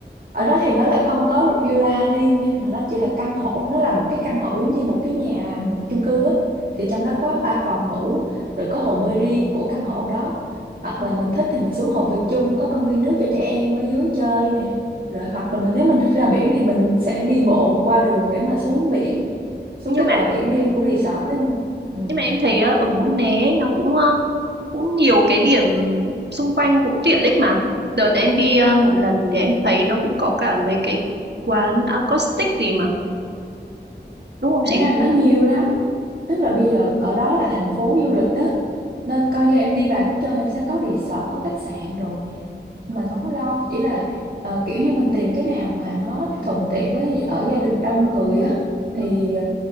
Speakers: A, on the right; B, on the right.
A: ở
B: ừ,
A: đó thì nó lại không có villa riêng nha mà nó chỉ là căn hộ nó là một cái căn hộ giống như một cái nhà ừm, chung cư á thì trong
B: ừ,
A: đó có ba phòng ngủ rồi có hồ bơi riêng của căn hộ đó hoặc
B: ừ,
A: là mình thích thì mình xuống hồ bơi chung có công viên nước cho trẻ em ở dưới chơi nè rồi hoặc
B: ừ.
A: là mình nếu mình thích ra biển thì mình sẽ đi bộ qua đường để mà xuống biển xuống
B: nhưng
A: cái
B: mà
A: bờ biển riêng của resort đó nha ừ.
B: nhưng mà em thấy ờ, ở Mũi Né nó cũng ờ, cũng nhiều cái điểm xung quanh cũng tiện ích mà đợt em đi ờ, một lần thì em thấy nó cũng có cả mấy cái quán acoustic gì mà đúng không
A: À
B: chị
A: nó nhiều lắm Tức là bây giờ ở đó là thành phố du lịch đó Nên coi như em đi vài bước chân em sẽ có resort, có khách sạn rồi Mình
B: Ừ.
A: không có lo Chỉ là ờ, kiểu như mình tìm cái nào mà nó thuận tiện với ở gia đình đông người á
B: Ừ.
A: Thì